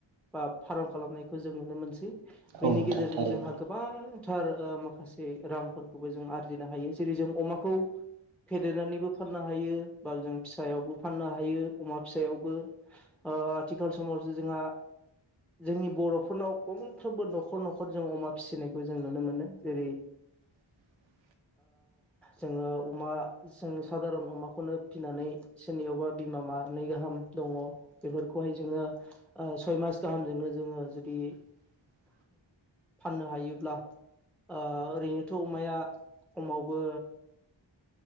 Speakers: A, in the centre; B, on the right.
A: बा फार्म खालामनायखौ जों नुनो मोनसै
B: औ
A: बेनि
B: नोंथां
A: गेजेरजों
B: थारैनो
A: जोंहा गोबां थार माखासे रांफोरखौबो जों आरजिनो हायो जेरै जों अमाखौ फेदेरनानैबो फाननो हायो बा जों फिसायावबो फाननो हायो अमा फिसायावबो आथिखाल समावसो जोंहा जोंनि बर'फोरनाव गंफ्रोमबो न'खर न'खर न'खर जों अमा फिसिनायखौ जों नुनो मोनो जेरै
B: <inaudible>
A: जोङो अमा जों साादारन अमाखौनो फिनानै सोरनियावबा बिमा मानैै गाहाम दङ बेफोरखौहाय जोङो सय मास गाहामजोंनो जोङो जुदि
B: <inaudible>
A: फाननो हायोब्ला ओरैनोथ' अमाया खमावबो